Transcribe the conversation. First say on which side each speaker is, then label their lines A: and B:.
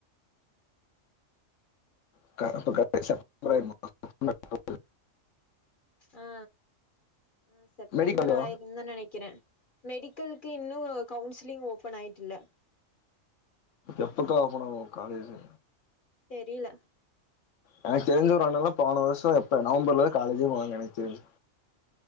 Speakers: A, on the left; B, on the left.
A: <inaudible>
B: ஆ ஆ செப்டம்பர்
A: மெடிக்கலா
B: ஆய்டும்தான் நினைக்கிறேன் மெடிக்கலுக்கு இன்னும் கவுன்சிலிங் ஓப்பன் அண்ட் கப்ல
A: எப்பதறச்ச் போன காலேஜு
B: தெரில
A: எனக்கு தெரிஞ்ச ஒரு ஆண்னல்ல போன வருஷம் எப்ப நவம்பர்ல காலேஜே போவாங்க எனக்கு தெரிஞ்சு